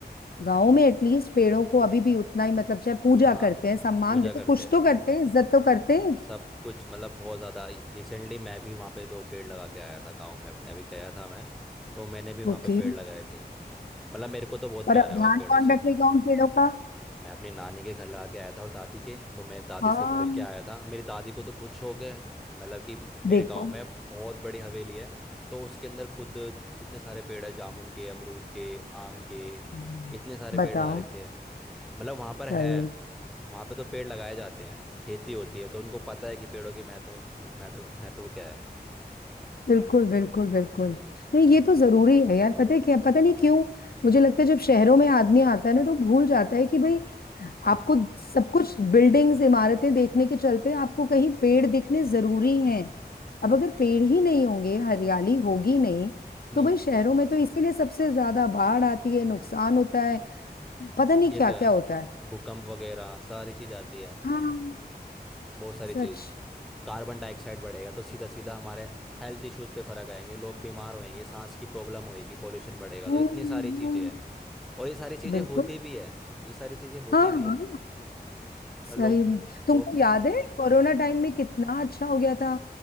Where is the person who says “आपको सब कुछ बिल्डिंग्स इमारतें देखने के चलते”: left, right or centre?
Left